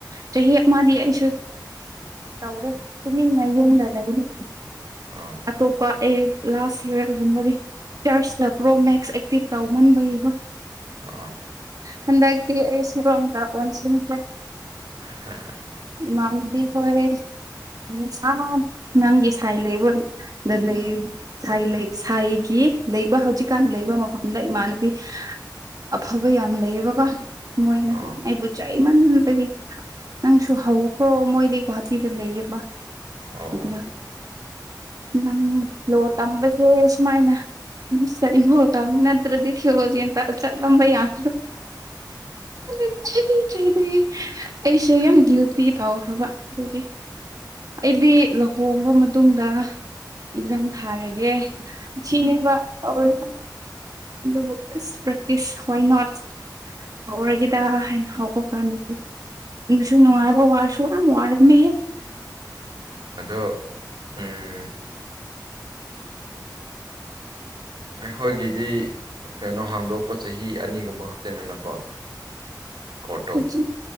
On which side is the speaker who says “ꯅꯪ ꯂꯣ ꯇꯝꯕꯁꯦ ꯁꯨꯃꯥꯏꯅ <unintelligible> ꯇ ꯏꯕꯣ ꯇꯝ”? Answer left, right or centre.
Right